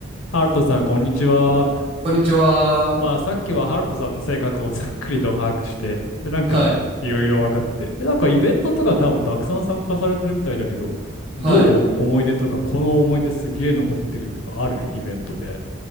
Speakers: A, on the left; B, on the right.
A: ハルトさん、こんにちは。
B: こんにちは。
A: まあ、さっきはハルトさんの性格をざっくりと把握して、で、なんか、
B: はい。
A: いろいろ分かって、で、なんか、イベントとか多分たくさん参加されてるみたいだけど、どう思い出とか、
B: はい。
A: この思い出すげえ残ってるとかあるイベントで。